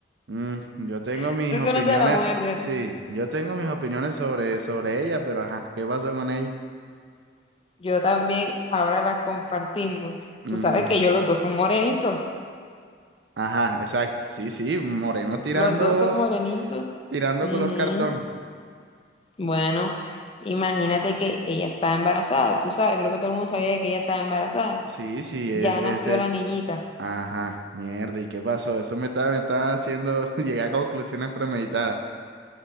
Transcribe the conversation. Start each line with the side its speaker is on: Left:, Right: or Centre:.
Right: Mm, yo tengo
Left: <laughs>
Right: mis
Left: Tú
Right: opiniones,
Left: conoces a la mujer de él.
Right: sí, yo tengo mis opiniones sobre, sobre ella, pero ajá, ¿qué pasó con ella?
Left: Yo también, ahora la compartimos.
Right: Ujú,
Left: Tú sabes que yo, los dos son morenitos,
Right: Ajá, exacto. Sí, sí, moreno tirando,
Left: los dos son morenitos.
Right: tirando
Left: Ujú.
Right: color cartón.
Left: Bueno, imagínate que ella estaba embarazada, tú sabes, creo que todo el mundo sabía que ella estaba embarazada.
Right: Sí, sí, es,
Left: Ya
Right: este,
Left: nació la niñita.
Right: Ajá, mierda, ¿y qué pasó? Eso me está, me está haciendo <laughs> llegar a conclusiones premeditadas.